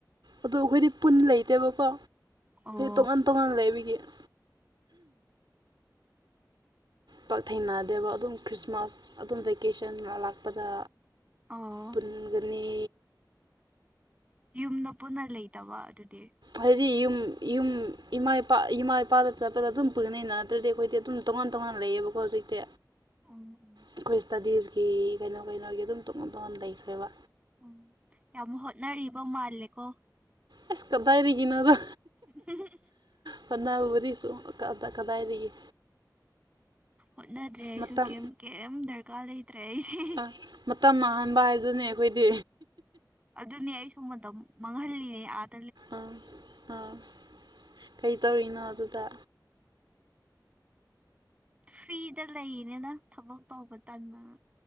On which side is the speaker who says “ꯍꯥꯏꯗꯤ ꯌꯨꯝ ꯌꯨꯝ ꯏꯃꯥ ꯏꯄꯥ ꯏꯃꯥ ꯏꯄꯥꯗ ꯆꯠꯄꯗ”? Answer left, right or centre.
Right